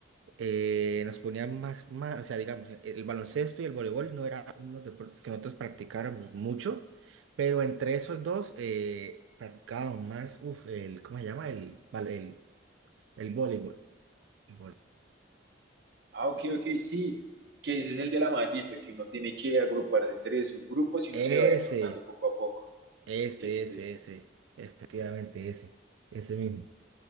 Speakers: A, on the right (about 80°); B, on the right (about 60°).
A: eh, nos ponían más, más, o sea, digamos, eh, el baloncesto y el voleibol no eran unos deportes que nosotros practicáramos mucho, pero entre esos dos eh, practicábamos más, uf, el, ¿cómo se llama? El, val- el, el voleibol. el voleibol.
B: Ah, ok, ok, sí, que ese es el de la mallita, que uno tiene que agruparse entre sus grupos y uno
A: Ese,
B: se va a ir rotando poco a poco.
A: ese,
B: Ese.
A: ese, ese, efectivamente ese, ese mismo.